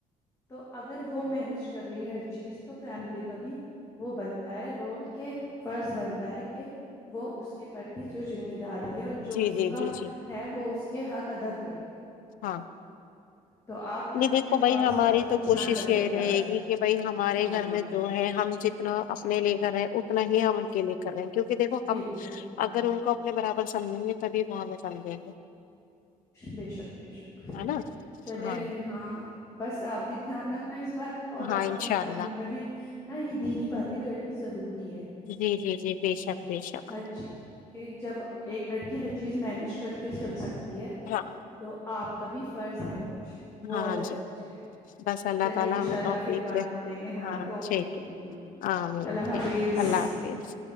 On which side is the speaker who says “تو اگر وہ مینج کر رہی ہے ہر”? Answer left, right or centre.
Left